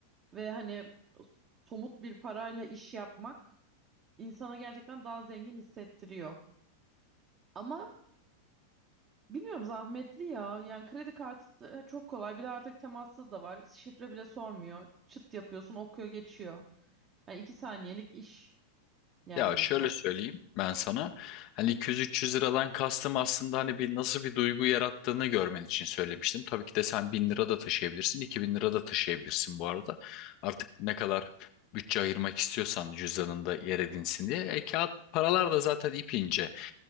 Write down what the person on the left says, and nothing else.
Ya şöyle söyleyeyim ben sana. Hani 200-300 liradan kastım aslında hani bir nasıl bir duygu yarattığını görmen için söylemiştim. Tabii ki de sen 1000 lira da taşıyabilirsin, 2000 lira da taşıyabilirsin bu arada. Artık ne kadar bütçe ayırmak istiyorsan cüzdanında yer edinsin diye. E kağıt paralar da zaten ip ince.